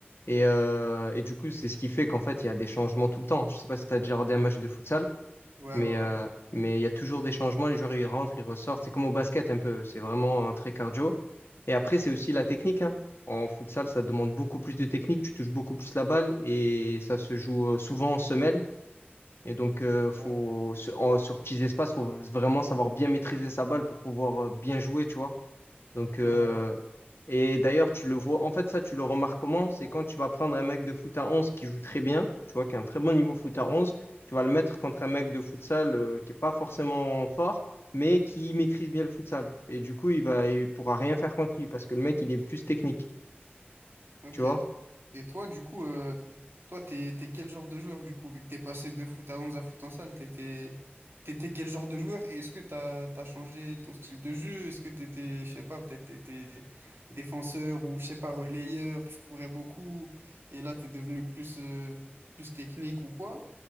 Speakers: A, on the left; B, on the right.
A: Et, euh, et du coup, c'est ce qui fait qu'en fait, il y a des changements tout le temps. Je sais pas si tu as déjà regardé un match de futsal,
B: ouais,
A: mais
B: ouais,
A: euh,
B: ouais.
A: mais il y a toujours des changements. Les joueurs, ils rentrent, ils ressortent. C'est comme au basket un peu. C'est vraiment euh, très cardio. Et après, c'est aussi la technique, hein. En futsal, ça demande beaucoup plus de technique. Tu touches beaucoup plus la balle et ça se joue euh, souvent en semelle. Et donc, euh, faut,
B: Ouais,
A: sur, en- sur petits espaces, faut vraiment savoir bien maîtriser sa balle pour pouvoir euh, bien jouer, tu vois. Donc, euh,
B: ouais, ouais.
A: et d'ailleurs, tu le vois, en fait, ça, tu le remarques comment? C'est quand tu vas prendre un mec de foot à 11 qui joue très bien, tu vois, qui a un très bon niveau foot à 11, tu vas le mettre contre un mec de futsal euh, qui est pas forcément fort, mais qui maîtrise bien le futsal. Et du coup, il va, il pourra rien faire contre lui parce que le mec, il
B: Ok,
A: est plus technique,
B: ok.
A: tu vois.
B: Et toi, du coup, euh, toi, t'es, t'es quel genre de joueur, du coup, vu que t'es passé de foot à 11 à foot en salle, t'étais, t'étais quel genre de joueur? Et est-ce que t'as, t'as changé ton style de jeu? Est-ce que t'étais, je sais pas, peut-être t'étais défenseur ou, je sais pas, relayeur, tu courais beaucoup, et là, t'es devenu plus, euh, plus technique ou quoi?